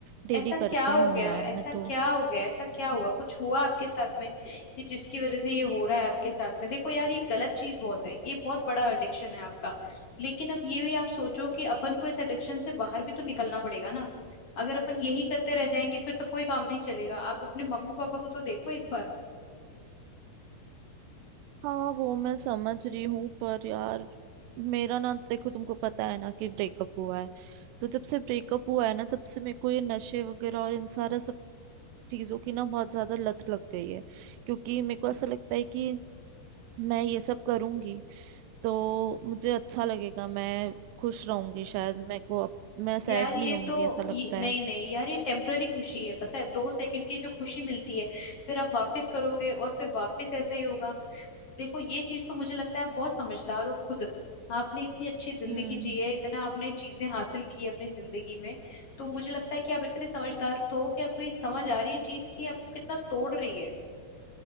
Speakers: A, on the right; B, on the left.
A: डेली
B: ऐसा
A: करती
B: क्या हो
A: हूँ
B: गया
A: यार
B: ऐसा
A: मैं तो
B: क्या हो गया ऐसा क्या हुआ कुछ हुआ आपके साथ में कि जिसकी वजह से ये हो रहा है आपके साथ में देखो यार ये गलत चीज बहुत है ये बहुत बड़ा एडिक्शन है आपका लेकिन अब ये भी आप सोचो कि अपन को इस एडिक्शन से बाहर भी तो निकलना पड़ेगा ना अगर अपन यही करते रह जाएंगे फिर तो कोई काम नहीं चलेगा आप अपने मम्मी पापा को तो देखो एक बार
A: हाँ वो मैं समझ रही हूँ पर यार मेरा ना देखो तुमको पता है ना कि ब्रेकअप हुआ है तो जब से ब्रेकअप हुआ है ना तब से मेरे को ये नशे वगैरह और इन सारा सब चीजों की ना बहुत ज्यादा लत लग गई है क्योंकि मेरे को ऐसा लगता है कि मैं ये सब करूंगी तो मुझे अच्छा लगेगा मैं खुश रहूंगी शायद मेरे को अब मैं सैड
B: यार ये
A: नहीं होंगी
B: तो
A: ऐसा लगता
B: ये, नहीं
A: है
B: नहीं यार ये टेम्पररी खुशी है पता है दो सेकंड की जो खुशी मिलती है फिर आप वापस करोगे और फिर वापस ऐसा ही होगा देखो ये चीज तो मुझे लगता है आप बहुत समझदार हो खुद आपने इतनी अच्छी जिंदगी
A: हम्म
B: जी है इतना आपने चीजें हासिल की है अपनी जिंदगी में तो मुझे लगता है कि आप इतने समझदार तो हो कि आपको ये समझ आ रही है चीज कि आपको कितना तोड़ रही है